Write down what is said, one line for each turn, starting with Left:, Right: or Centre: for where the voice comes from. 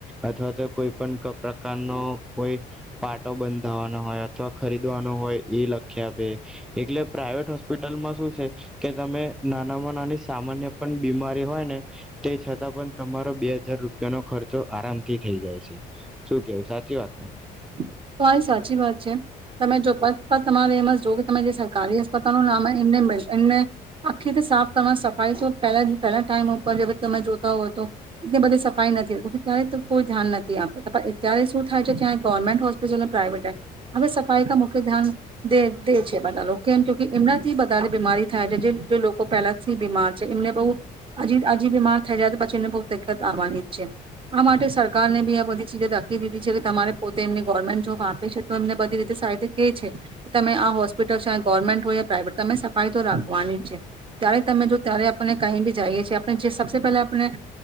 Centre: અથવા કોઈ પણ પ્રકારનો કોઈ પાટો બંધાવાનો હોય અથવા ખરીદવાનો હોય એ લખી આપે એટલે પ્રાાઈવેટ હોસ્પિટલમાં શું છે, કે તમે નાનામાં નાની સામાન્ય પણ બીમારી હોય ને તે છતાં પણ તમારો બે હજાર રૂપિયાનો ખર્ચો આરામ થી થઈ જાય છે શું કેવું સાચી વાત ને
Right: તો આ એ સાચી વાત છે, તમે જો તમારે એમાં જ જો કે તમે જે સરકારી હસ્પતાાલ ન નામ એને મે એને આખી રીતે સાફ કરવા સફાઈ તો પહેલા પહેલા ટાઈમ ઉપર જે બધ તમે જોતા હોય, તો એટલી બધી સફાઈ નથીતી ત્યારે તો કોઈ ધ્યાન નથી, આપત અત્યારે શું થાય છે, જ્યાં ગવર્મેન્ટ હોસ્ પ્રઇવેટ હવે સફાઈ ક મુખ્ય ધ્યાને દે છે, બધા લોકો કેમ કે એમનાથી બારે બીમારી થાય છે, જે લોકો પહેલાથી બીમાર છે એમને બહજી આજી બીમાર થઈ જાય, પછી એમને બહ તત આવવાની જ છે, આ માટે સરકારને બી આ બધી ચીજે ધાકી દીધી છે, કે તમારે પોતે એમની ગવર્મેન્ટ જોબ આપે છે, તો એમને બધી રીતે સ કે છે કે તમે આ હોસ્પિટલ છે, ગવર્મેન્ટ હોય પ્રાઇવેટ તમે સફાઈ તો રાખવાની છે, ત્યારે તમે જો ત્યારે આપને કઈ બી જઈએ છીએ આપણે જે સબ પહેલા આપણે